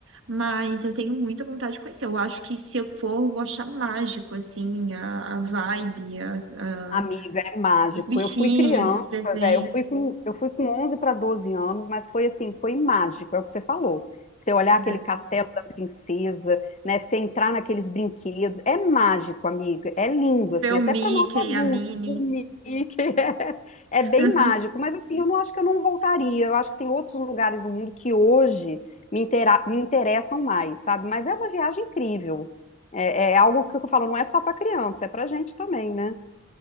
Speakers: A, on the right; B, on the left.
A: mas eu tenho muita vontade de conhecer. Eu acho que se eu for, eu vou achar mágico, assim, a, a vibe, as- a-
B: Amiga, é mágico.
A: os bichinhos,
B: Eu fui criança,
A: os desenhos,
B: né? Eu fui com, eu fui com 11 para 12 anos, mas foi assim, foi mágico, é o que você falou. Você olhar
A: né?
B: aquele castelo da princesa, né? Você entrar naqueles brinquedos, é mágico, amiga. É lindo, assim,
A: Ver o
B: até
A: Mickey,
B: para nós adultos,
A: a Minnie.
B: o Nick, <laughs> é,
A: <laughs>
B: é bem mágico. Mas assim, eu não acho que eu não voltaria. Eu acho que tem outros lugares no mundo que hoje me, intera- me interessam mais, sabe? Mas é uma viagem incrível. É, é algo que eu falo, não é só para criança, é para gente também, né?